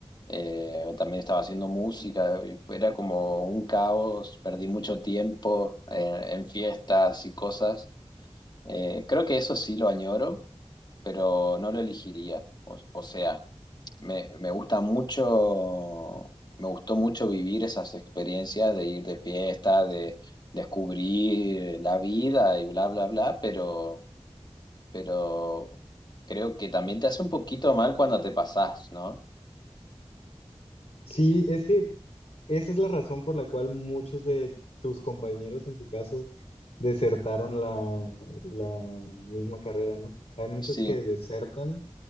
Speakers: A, on the left; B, on the left.
A: eh, también estaba haciendo música, y fue- era como un caos, perdí mucho tiempo en, en fiestas y cosas. Eh, creo que eso sí lo añoro, pero no lo elegiría. O, o sea, me, me gusta mucho, me gustó mucho vivir esas experiencias de ir de fiesta, de descubrir la vida y bla, bla, bla, pero, pero creo que también te hace un poquito mal cuando te pasás, ¿no?
B: Sí, es que esa es la razón por la cual muchos de tus compañeros, en tu caso, desertaron la, la misma carrera, ¿no? Hay muchos
A: Sí,
B: que desertan